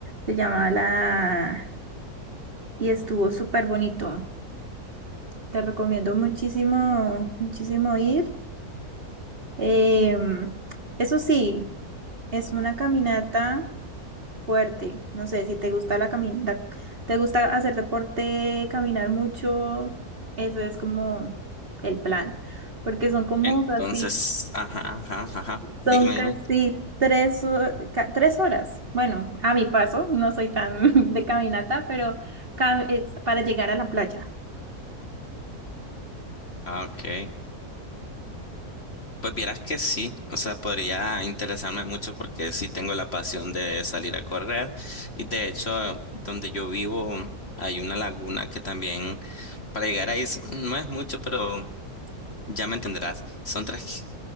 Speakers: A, on the right; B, on the left.
A: se llama la... y estuvo súper bonito. Te recomiendo muchísimo, muchísimo ir. Em, eso sí, es una caminata. fuerte. No sé, si te gusta la caminata, te gusta hacer deporte, caminar mucho, eso es como el plan, porque son como
B: Entonces,
A: así,
B: ajá, ajá, ajá,
A: son
B: dígame,
A: casi
B: dime.
A: tres, ho- ca- tres horas. Bueno, a mi paso, no soy tan <laughs> de caminata, pero ca- es para llegar a la playa.
B: Ah, ok. Pues vieras que sí, o sea, podría interesarme mucho porque sí tengo la pasión de salir a correr y de hecho, donde yo vivo hay una laguna que también para llegar ahí es- no es mucho, pero Ya me entenderás. Son tres,